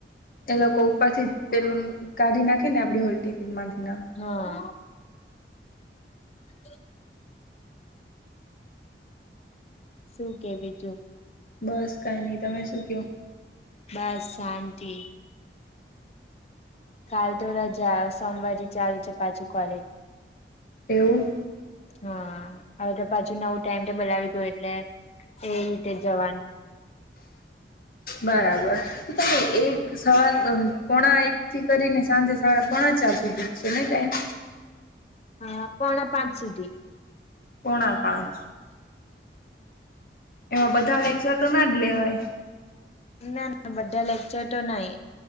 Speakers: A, on the left; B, on the left.
A: એ લોકો ઉપરથી પેલું કાઢી નાખે ને આપડી હોલ ટિકિટ માંથી ના
B: હા <unintelligible> શું કે બીજું
A: બસ કાઈ ની તમે શું કયો
B: બસ શાંતિ કાલ તો રજા સોમવાર થી ચાલુ છે પાછું કોલેજ
A: એવું
B: હા, હવે તો પાછુ નવું ટાઈમ ટેબલ આવી ગયું એટલે એ રીતે જવાનું
A: બરાબર, તો તમે એક સવાર પોણા એકથી કરીને સાંજે સાડા પોણા ચાર સુધી છે ને ટાઈમ
B: હા, પોણા પાંચ સુધી
A: પોણા પાંચ એમાં બધા લેક્ચર તો ના જ લેવાય
B: ના, ના, બધા લેક્ચર તો નઈ